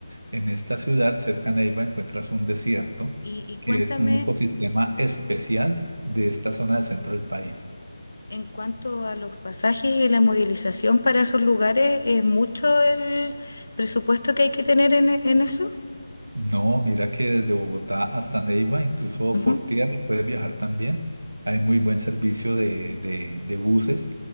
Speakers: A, on the right; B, on the left.
A: En esta ciudad, cerca a Neiva, encuentras un desierto
B: Y, y cuéntame,
A: que es un ecosistema especial de esta zona del centro del país.
B: en cuanto a los pasajes y la movilización para esos lugares, ¿es mucho el presupuesto que hay que tener en, e- en eso?
A: No, mira que desde Bogotá hasta Neiva, incluso
B: Ujú,
A: por tierra, puedes viajar también. Hay muy buen servicio de, de, de buses